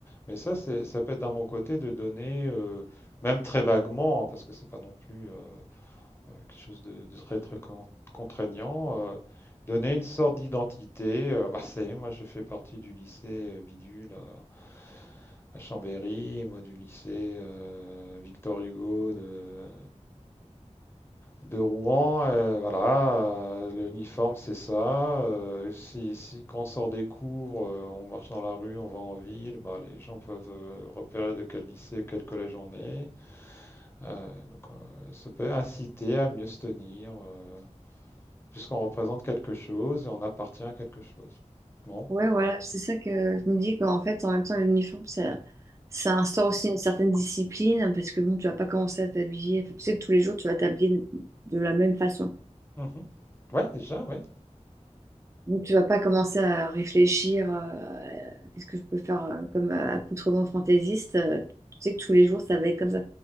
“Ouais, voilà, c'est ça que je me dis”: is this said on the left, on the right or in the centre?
Right